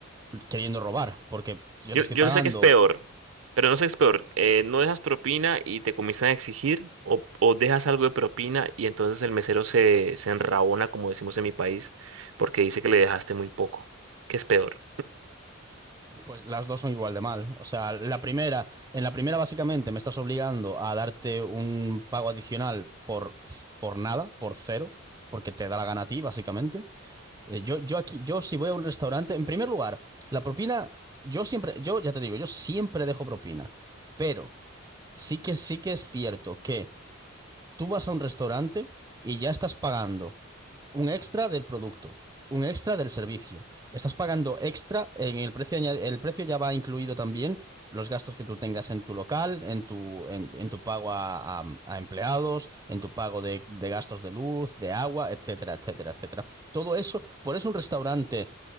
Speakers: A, on the right; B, on the right.
A: queriendo robar, porque yo
B: Yo,
A: te estoy
B: yo
A: pagando.
B: sé que es peor, pero no sé qué es peor. eh, no dejas propina y te comienzan a exigir, o, o dejas algo de propina y entonces el mesero se, se enrabona, como decimos en mi país, porque dice que le dejaste muy poco. ¿Qué es peor?
A: Pues las dos son igual de mal. O sea, la primera, en la primera básicamente me estás obligando a darte un pago adicional por, por nada, por cero, porque te da la gana a ti, básicamente. Eh, yo, yo aquí, yo si voy a un restaurante, en primer lugar, la propina, yo siempre, yo ya te digo, yo siempre dejo propina, pero sí que sí que es cierto que tú vas a un restaurante y ya estás pagando un extra del producto, un extra del servicio. Estás pagando extra en el precio, el precio ya va incluido también los gastos que tú tengas en tu local, en tu, en, en tu pago a, a, a, empleados, en tu pago de, de gastos de luz, de agua, etcétera, etcétera, etcétera. Todo eso, por eso un restaurante